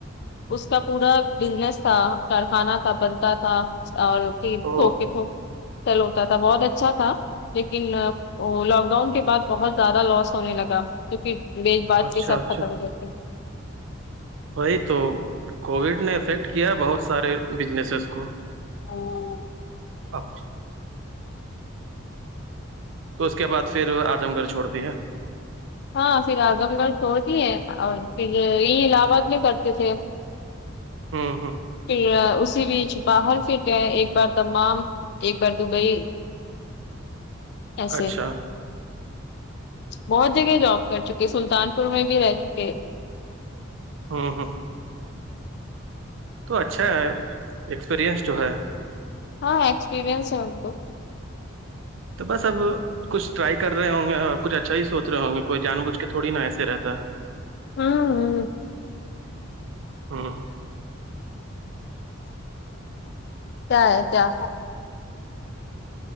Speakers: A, on the left; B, on the right.
A: اس کا پورا بزنس تھا کارخانہ تھا بنتا تھا اور سوکے
B: او
A: چل ہوتا تھا بہت اچھا تھا لیکن لاک ڈاؤن کے بعد بہت زیادہ لاس ہونے لگا تو پھر یہ بات
B: اچھا
A: کے سب
B: اچھا
A: ختم کرتے
B: وہی تو کووڈ نے افیکٹ کیا بہت سارے بزنسز کو
A: اور
B: اب تو اس کے بعد پھر اعیظم گڑھ چھوڑ دیے
A: ہاں پھر اعظم گڑھ چھوڑتی ہے اور پھر یہ الہ آباد میں کرتے تھے
B: ہوں ہوں
A: پھر اسی بیچ باہر پھر گئے ایک بار دمام ایک بار دوبئی ایسے
B: اچھا
A: بہت جگہ جوب کر چکے سلطان پور میں بھی رہ چکے
B: ہاں ہاں تو اچھا ہے ایکسپرینس جو ہے
A: ہاں ایکسپرینس ہوتو
B: تو بس اب کچھ ٹرائی کر رہ ہوں گے اور کچھ اچھا ہی سوچھ رہے ہوں گے کوئی جان بوجھ کے تھوڑی ایسے رہتا ہے
A: ہ ہ ہ
B: ہاں
A: کیا ہے کیا